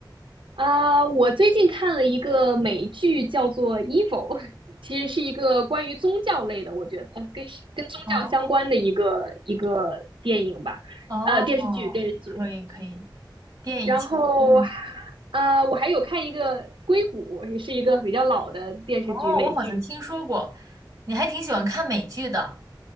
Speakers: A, on the right; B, on the right.
A: 啊，我最近看了一个美剧，叫做《Evil》，其实是一个关于宗教类的，我觉得呃跟跟宗教相关的一个一个电影吧，
B: 哦哦，
A: 呃，电视剧，电视剧。
B: 可以可以，电影其实嗯，
A: 然后，呃，我还有看一个《硅谷》，也是一个比较老的电视剧，
B: 哦，
A: 美剧。
B: 我好像听说过，你还挺喜欢看美剧的。